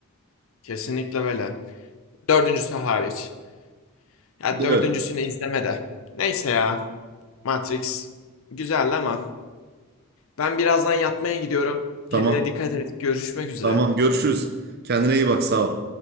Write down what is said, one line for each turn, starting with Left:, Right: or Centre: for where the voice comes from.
Left: Kesinlikle öyle. Dördüncüsü hariç. Ya
Right: Evet.
Left: dördüncüsünü izleme de. Neyse ya. Matrix güzeldi ama ben birazdan yatmaya gidiyorum.
Right: Tamam.
Left: Kendine dikkat et. Görüşmek üzere.
Right: Tamam. Görüşürüz. Kendine iyi bak. Sağ ol.